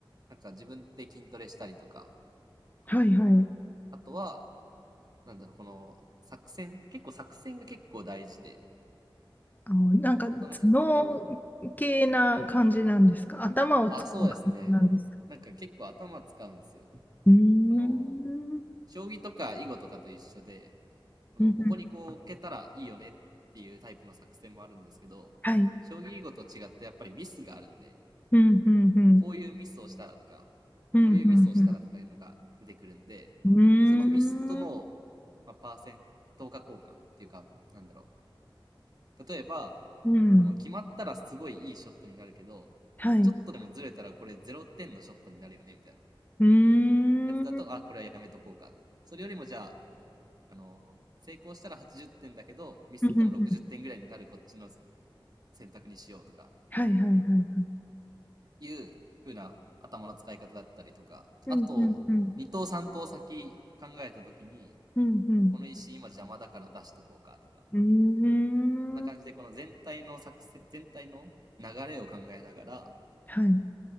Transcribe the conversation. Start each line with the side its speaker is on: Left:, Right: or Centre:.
Right: なんか自分で筋トレしたりとか、
Left: はいはい。
Right: あとは、なんだろう、この作戦結構作戦が結構大事で、
Left: あの、なんか頭脳系な感じなんですか頭を使う感じなんですか
Right: その辺の、あ、そうですね。なんか結構頭使うんですよ。
Left: うーん。
Right: この、
Left: うん
Right: 将棋とか囲碁とかと一緒で、この、
Left: うん
Right: ここにこう置けたらいいよねっていうタイプの作戦もあるんですけど、
Left: はい。
Right: 将棋囲碁と違ってやっぱりミスがあるんで、
Left: うんうんうん。
Right: こういうミスをしたらとか、
Left: うんうん
Right: こういうミスをしたらとかいうのが出てくるんで、
Left: うん。
Right: そのミスとの、
Left: うーん。
Right: まあ、パーセント化交換っていうか、なんだろう。例えば、
Left: うん。
Right: この決まったらすごいいいショットになるけど、
Left: はい。
Right: ちょっとでもずれたらこれ0点のショットになるよねみたいな
Left: うーうん
Right: やつだと、あ、これはやめとこうか。それよりもじゃあ、あの、成功したら80点だけど、ミスっても60点ぐらいになるこっちの
Left: うんうん
Right: 選択にしようとか、
Left: はいはいはいはい。
Right: いう風な頭の使い方だったりとか、
Left: うんうんうん。
Right: あと、2等3等先考えた時に、
Left: うんうん。
Right: この石今邪魔だから出しとこうかとか、
Left: うーん。
Right: そんな感じでこの全体の作戦、全体の流れを考えながら、
Left: はい。